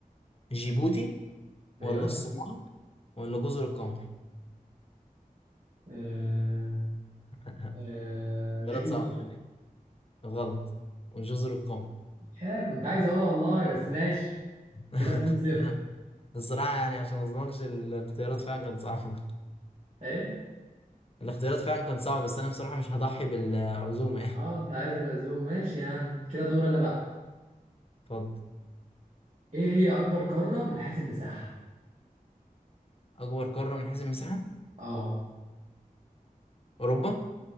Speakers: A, on the left (about 40°); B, on the right (about 50°).
A: جيبوتي
B: ايوه
A: ولا الصومال ولا جزر القمر
B: آه...
A: <laughs>
B: آه... جيبوتي
A: ثلاث صعب شوية. غلط وجزر القمر
B: يا كنت عايز اقولها والله بس ماشي
A: <laughs>
B: كده 2 0
A: أنا الصراحة يعني عشان ما اظلمكش الاختيارات فعلا كانت صعبة
B: ايه
A: الاختيارات فعلا كانت صعبة بس أنا بصراحة مش هضحي بالعزومة يعني
B: اه انت عايز العزوم ماشي يا عم كده دور انا بقى
A: اتفضل
B: ايه هي اكبر قارة من حيث المساحة
A: أكبر قارة من حيث المساحة
B: اه
A: أوروبا